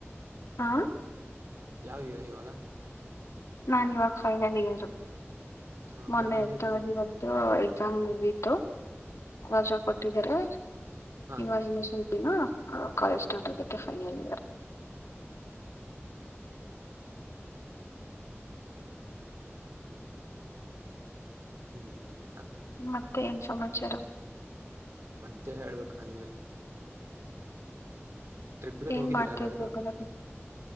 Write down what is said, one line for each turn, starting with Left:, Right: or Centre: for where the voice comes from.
Left: ಹಾ
Right: ಯಾವ ಇಯರ್ ಇವಾಗ
Left: ನಾನ್ ಇವಾಗ ಫೈನಲ್ ಇಯರು
Right: ಹಾ
Left: ಮೊನ್ನೆ
Right: ಫೈನಲ್
Left: ಎತಗು
Right: ಇಯರ್ ಮುಗ್
Left: ಎಕ್ಸಾಮ್ ಮುಗಿತು ವರ್ಷ ಕೊಟ್ಟಿದ್ದಾರೆ
Right: ಹಾ
Left: ಈವಾಗ್ ಇಲ್ಲೇ ಸ್ವಲ್ಪ ಕಾಲೇಜ್ ಸ್ಟಾರ್ಟ್ ಆಗುತ್ತೆ ಫೈನಲ್ ಇಯರ್
Right: ಹ್ಮ್್ಮ
Left: ಮತ್ತೆ ಎನ್ ಸಮಾಚಾರ
Right: ಮತ್ತೆ ಹೇಳ್ಬೇಕ ನೀವೇ ಟ್ರಿಪ್ಗದು
Left: ಏನ್
Right: ಹೋಗಿದ್ದೀರಾ
Left: ಮಾಡ್ತಿರ್ಬೋದು
Right: ಎಲ್ಲಾದ್ರೂ
Left: ನ